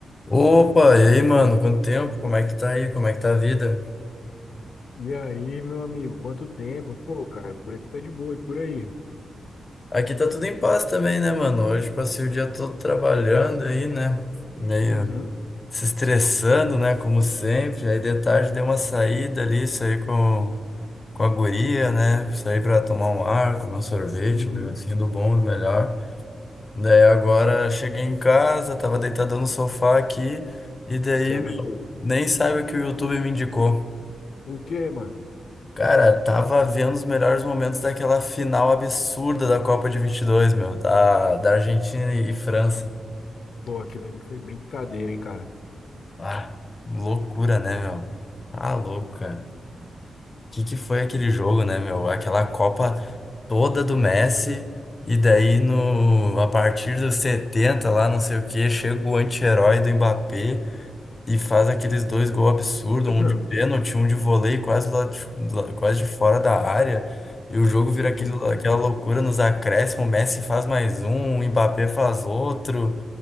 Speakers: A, on the left; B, on the left.
A: Opa, e aí, mano? Quanto tempo? Como é que tá aí? Como é que tá a vida?
B: E aí, meu amigo, quanto tempo? Pô, cara, por aqui tá de boa e por aí?
A: Aqui tá tudo em paz também, né, mano? Hoje passei o dia todo trabalhando aí, né? Meio
B: Uhum,
A: se estressando, né? Como sempre. Aí de tarde dei uma saída ali, saí com, com a guria, né? Saí pra tomar um ar, comer um sorvete,
B: uhum,
A: um negocinho do bom, do melhor. Daí agora cheguei em casa, tava deitado no sofá aqui, e daí
B: certo.
A: nem sabe o que o YouTube me indicou.
B: O quê, mano?
A: Cara, tava vendo os melhores momentos daquela final absurda da Copa de 22, meu, da, da Argentina e França.
B: Pô, aquilo ali foi brincadeira, hein, cara?
A: Ah, loucura, né, meu? Tá louco, cara. Que que foi aquele jogo, né, meu? Aquela Copa toda do Messi e daí no a partir dos 70 lá, não sei o que chega o anti-herói do Mbappé E faz aqueles dois gols absurdos,
B: <clears throat>
A: um de pênalti, um de voleio quase lá de, lá- quase de fora da área. E o jogo vira aquele,
B: Sim,
A: aquela
B: Mano,
A: loucura nos acréscimos, o Messi faz mais um, o Mbappé faz outro.